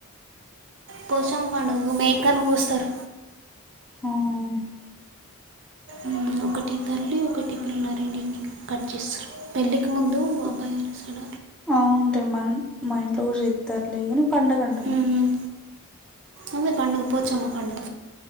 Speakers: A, on the right; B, in the centre.
A: పోషమ్మ పండుగకు మేకన్ కోస్తర్
B: ఆ.
A: ఉమ్ ఒకటి తల్లి ఒకటి పిల్ల రేండిటిని కట్ చేస్తర్ పెళ్లికి ముందు అబ్బాయి వసడ
B: అ ఉంటేమన్ మా ఇంట్లో కూడా జేత్తర్లే గాని పండగ అంటార్ మేమ్
A: ఉమ్, అదే పండుగ పోచమ్మ పండుగ